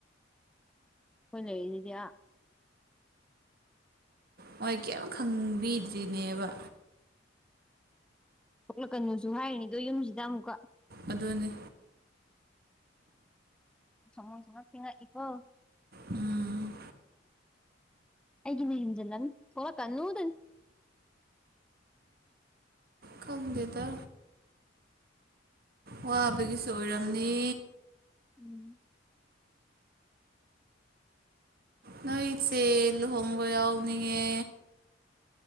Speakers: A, in the centre; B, on the right.
A: ꯈꯣꯏꯅ ꯂꯩꯔꯤꯗꯤ ꯑꯥ
B: ꯃꯣꯏ ꯀꯔꯤꯝ ꯈꯪꯕꯤꯗ꯭ꯔꯤꯅꯦꯕ
A: ꯊꯣꯛꯂꯛꯀꯅꯨꯁꯨ ꯍꯥꯏꯔꯤꯅꯤ ꯑꯗꯨ ꯌꯨꯝꯁꯤꯗ ꯑꯃꯨꯛꯀ
B: ꯑꯗꯨꯅꯤ
A: ꯃꯣꯏꯁꯨ ꯉꯛꯇꯤ ꯉꯛꯏꯀꯣ
B: ꯎꯝ
A: ꯑꯩꯒꯤꯅꯤ ꯌꯦꯡꯖꯤꯜꯂꯅꯤ ꯊꯣꯂꯛꯀꯅꯨꯗꯅꯤ
B: ꯈꯪꯗꯦꯗ ꯋꯥꯕꯒꯤꯁꯨ ꯑꯣꯏꯔꯝꯅꯤ
A: ꯎꯝ
B: ꯅꯣꯏꯆꯦ ꯂꯨꯍꯣꯡꯕ ꯌꯥꯎꯅꯤꯡꯉꯦ